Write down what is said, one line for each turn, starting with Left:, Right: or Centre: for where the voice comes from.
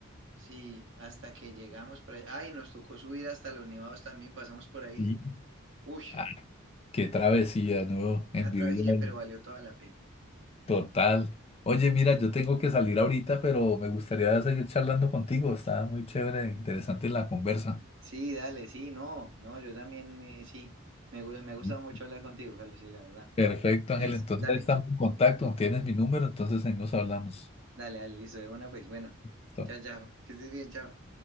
Right: sí, hasta que llegamos por ahí. Ay, nos tocó subir hasta los nevados también, pasamos por ahí.
Left: Sí,
Right: Uy,
Left: ah, qué travesía, ¿no?
Right: una
Left: Envidiable.
Right: travesía, pero valió toda la pena.
Left: Total. Oye, mira, yo tengo que salir ahorita, pero me gustaría seguir charlando contigo. Está muy chévere, interesante la conversa.
Right: Sí, dale, sí, no, no, yo también eh, sí. Me, gu- me gusta
Left: Sí.
Right: mucho hablar contigo, Carlos, sí, la verdad.
Left: Perfecto, Ángel.
Right: Es,
Left: Entonces
Right: dale,
Left: estamos en contacto. Tienes mi número, entonces ahí nos hablamos.
Right: Dale, dale, listo, de una, pues bueno.
Left: Listo.
Right: chao, chao, que estés bien, chao.